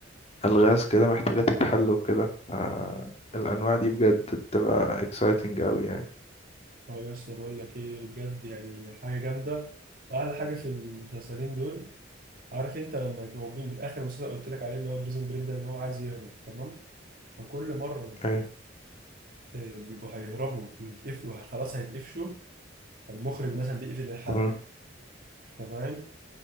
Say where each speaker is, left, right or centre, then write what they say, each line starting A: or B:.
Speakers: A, on the left; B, on the right.
A: ألغاز كده محتاجة تتحل وكده آه، الأنواع دي بجد بتبقى exciting قوي يعني
B: اه يا اسطى بقول لك ايه بجد يعني حاجه جامده واحلى حاجه في المسلسلين دول عارف انت لما يبقوا من اخر مسلسل قلت لك عليه اللي هو بريزون بريك ده اللي هو عايز يهرب تمام فكل مره
A: ايوه
B: آه، بيبقوا هيهربوا ويتقفلوا خلاص هيتقفشوا فالمخرج مثلا بيقفل الحلقه
A: مم.
B: تمام